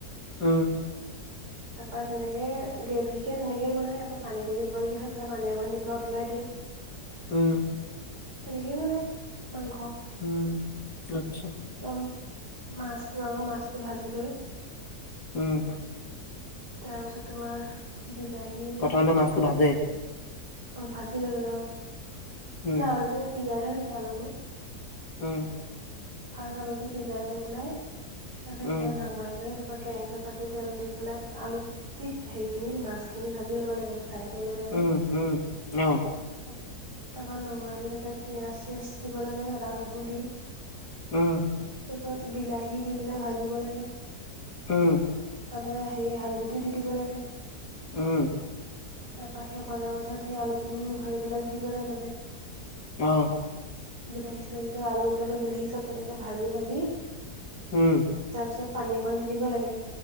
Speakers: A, on the left (about 80°); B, on the right (about 85°).
A: উম
B: <inaudible> তাৰপৰা তেনেকে গ্ৰেভী কে তেনেকে বনাই আকৌ পানী দিবলগীয়া হয় তাতে পানী অকণ দি পেলাই উতলাই দিয়ে।
A: উম
B: তেনেকেই বনায় মাংস।
A: উম আচ্ছা
B: ত মাছটো আকৌ মাছটো ভাজি লৈ
A: উম
B: তাৰ পিছত তোমাৰ বিলাহী।
A: প্ৰথমতে মাছটো ভাজে?
B: অ ভাজি লৈ পেলায় অ
A: উম
B: মানে আলুটো সিজাই থোৱা থাকে আলুটো
A: উম
B: তাৰ আলুটো সিজাই লৈ পেলাই তাৰিছত
A: উম
B: সেয়া নাম সোমাই লৈ তাৰপৰা কেৰাহীখন পাতি তেল দি পেলাই আলু কি হেৰিখিনি মাছখিনি ভাজি ল'ব লাগে ফ্ৰাই কৰি মানে
A: উম উম অ
B: তাত তাৰপৰা নমাই দি তাতে পিয়াঁজ চিয়াজ দিব লাগে আদা নহৰু দি
A: উম
B: তাৰপা বিলাহী দি পেলাই ভাজিব লাগে
A: উম
B: তাতে সেই হালধিটো দি দিব লাগে
A: উম
B: তাৰপা সেই ভজা পাছত সেই আলুখিনি মোহাৰি পেলাই দিব লাগে তাতে
A: অ
B: বিলাহী-চলাহী চব আলু-চালু বিলাহী চব তেনেকে ভাজি ভাজি
A: উম',।
B: তাৰ পিছত পানী অকণ দি দিব লাগে।